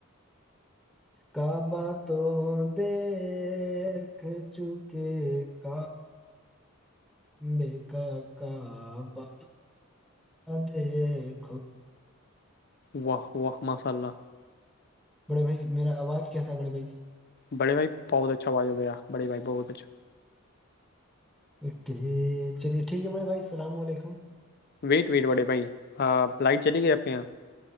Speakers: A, in the centre; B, on the left (about 45°).
A: کعبہ تو دیکھ چکے ک بےیک کابا دیکھو
B: واہ واہ ماشا اللہ
A: بڑے بھائی میرا آواز کیسا بڑے بھائی
B: بڑے بھ بہت اچھا واجا گیا بڑ بائی بہت اچھا
A: اک چلیے ٹھیک ہے بڑے بھائی السلام علیکم
B: ویٹ ویٹ بڑے بھائی ہاں لائٹ چلی گئی آپ کے یہاں